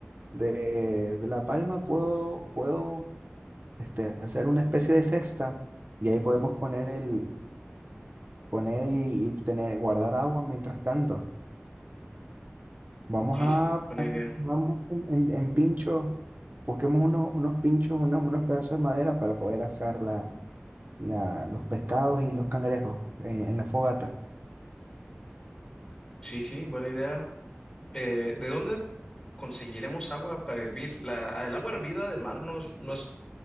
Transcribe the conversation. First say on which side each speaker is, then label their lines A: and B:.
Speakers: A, on the right; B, on the left.
A: de, de la palma puedo, puedo este, hacer una especie de cesta y ahí podemos poner, el, poner y, y tener, guardar agua mientras tanto. Vamos
B: Sí,
A: a,
B: sí,
A: a-
B: buena idea.
A: vamos en, en- en pinchos, busquemos unos, unos pinchos, unos, unos pedazos de madera para poder asar la, la- los pescados y los cangrejos eh, en la fogata.
B: Sí, sí, buena idea. Eh, ¿de dónde conseguiremos agua para hervir? La, el agua hervida de mar no es, no es,